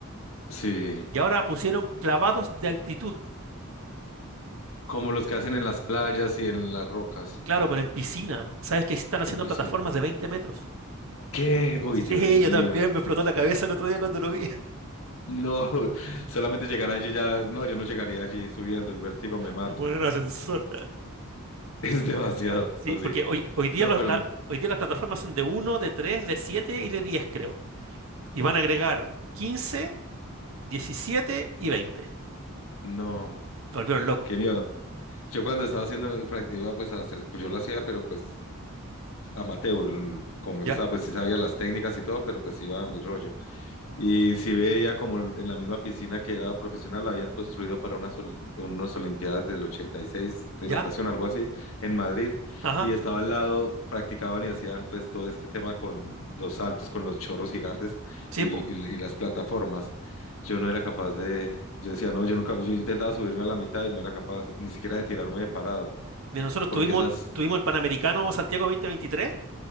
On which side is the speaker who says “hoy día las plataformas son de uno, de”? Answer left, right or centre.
Right